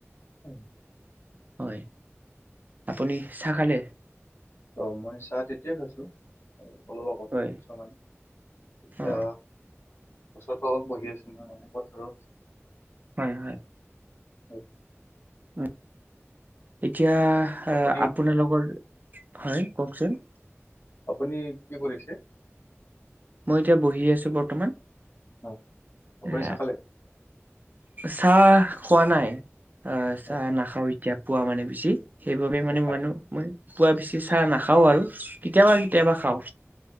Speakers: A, on the left (about 55°); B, on the right (about 35°).
A: হয়
B: হয় আপুনি চা খালে
A: অ মই চাহ তেতিয়াই খৈছো অলপ আগতে
B: হয়
A: উঠিছ মানে এতিতিয়া
B: অ
A: বছৰটো অলপ বহি আছো মই মানে পথাৰত
B: হয় হয়
A: অ
B: উম এতিয়া
A: আপুনি
B: আপোনালৰ হয় কওকচোন
A: আপুনি কি কৰিছে
B: তেতিয়া বহি আছো বৰ্তমান
A: অ আপুনি
B: এ
A: চাহ খালে?
B: চাহ খোৱা নাই আহ চাহ
A: অ
B: নাখাও এতিয়া পোৱা মানে বেছি সেইবাবে মানে
A: অ ভাত
B: মানুহ মই পুৱা বেছি চাহ নাখাওঁ আৰু কেতিয়াবা কেতিয়াবা খাওঁ